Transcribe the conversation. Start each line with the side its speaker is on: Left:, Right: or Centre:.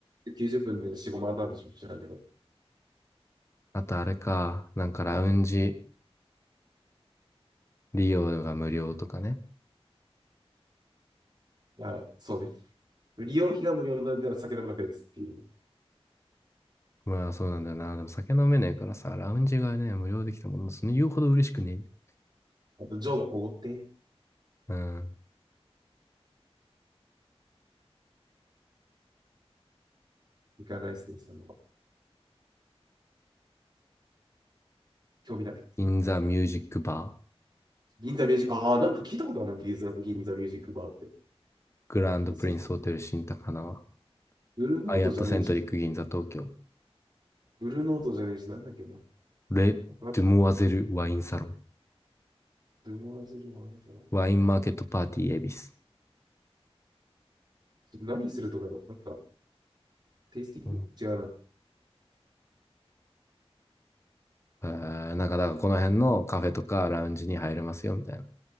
Right: 90分で4、5万なんでしょ知らんけど。い
Left: あとあれか。なんかラウンジ利用が無料とかね。
Right: や、そうね。利用費が無料なのでは酒飲むのは別っていう。
Left: まあそうなんだよな。でも酒飲めないからさ、ラウンジがね、無料できたもの、その言うほど嬉しくねえんだよ。
Right: あと、ジョーがおごって、
Left: うん。
Right: 行かないっすね、その、興味ない。
Left: 銀座ミュージックバ
Right: 銀座ミュージック、ああ、なんか聞いたことあるな、銀座、銀座ミュージックバーって。
Left: ー、グランドプリンスホテル新高輪、
Right: 気のせい、ブルーノートじゃねえし、
Left: アイアットセントリック銀座東京、
Right: ブルーノートじゃねえし、なんだっけな。
Left: レッドモアゼルワインサロン、
Right: なんかルノワズルはあるか
Left: ワインマーケットパーティー恵比寿。
Right: な。何するとかよ、なんか、テイスティング違うな。
Left: うん
Right: あ
Left: えーなんか、だからこの辺のカフェとかラウンジに入れますよ、みたいな。